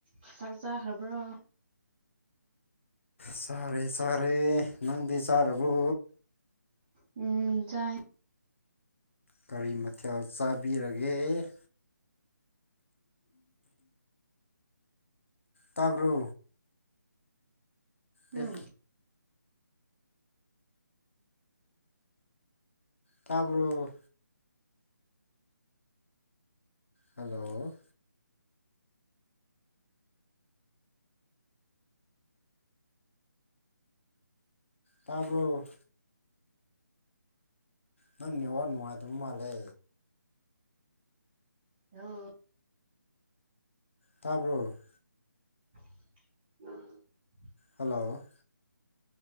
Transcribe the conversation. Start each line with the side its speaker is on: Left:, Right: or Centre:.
Centre: ꯑ ꯇꯥꯛ ꯆꯥ ꯈꯕ꯭ꯔꯣ
Left: ꯁꯥꯔꯦ ꯆꯔꯦ ꯅꯪꯗꯤ ꯆꯥꯔꯕꯣ
Centre: ꯎꯝ ꯆꯥꯏ
Left: ꯒꯥꯔꯤ ꯃꯊꯦꯜ ꯆꯥꯕꯤꯔꯒꯦ <inaudible> ꯇꯥꯕ꯭ꯔꯣ ꯑꯦ
Centre: ꯎꯝ
Left: ꯇꯥꯔꯕ꯭ꯔꯣ ꯍꯜꯂꯣ ꯇꯥꯔꯕꯣ ꯅꯪꯅꯦ ꯅꯨꯡꯉꯥꯏꯗ ꯃꯥꯂꯦ
Centre: ꯍ
Left: ꯇꯥꯔꯕ
Centre: <inaudible>
Left: ꯍꯜꯂꯣ